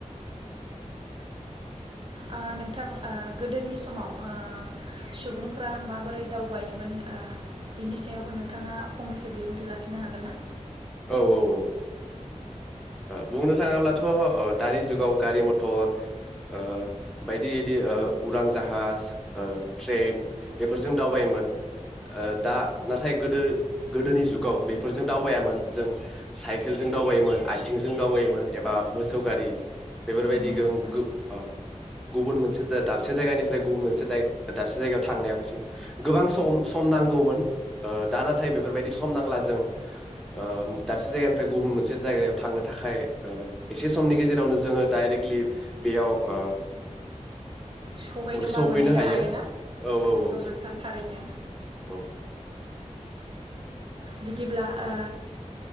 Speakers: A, on the right (about 40°); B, in the centre.
A: ओ ओ नोंथां गोदोनि समाव ओ सुबुंफ्रा माबोरै दावबायोमोन ओ बिनि सायावबो नोंथाङा फंनैसो बिबुंथि लाखिनो हागोन ना
B: औ औ औ ओ बुंनो थाङोब्लाथ ओ दानि जुगाव गारि मथर ओ बायदि इदि ओ उरां जाहाज ओ ट्रेन बेफोरजों दावबायोमोन ओ दा नाथाय गोदो-गोदोनि जुगाव बेफोरजों दावबायामोन जों साइकेलजों दावबायोमोन आइथिंजों दावबायोमोन एबा मोसौ गारि बेफोरबायदिजों
A: नंगौ नोंथां
B: गो ओ गुबुन मोनसे दाबसे जायगानिफ्राय गुबुन मोनसे दाय-दाबसे जायगायाव थांनायावसिम गोबां सम-सम नांगौमोन ओ दा नाथाय बेफोरबायदि सम नांला जों ओम दाबसे जायगानिफ्राय गुबुन मोनसे जायगायाव थांनो थाखाय ओ एसे समनि गेजेरावनो जोङो डाइरेक्टलि बेयाव ओ
A: सहैनोबा
B: सौहैनो
A: मोनहैनो
B: हायो
A: हायोना
B: औ औ
A: नंगौ
B: औ
A: नोंथां थारैनो
B: औ
A: बिदिब्ला ओ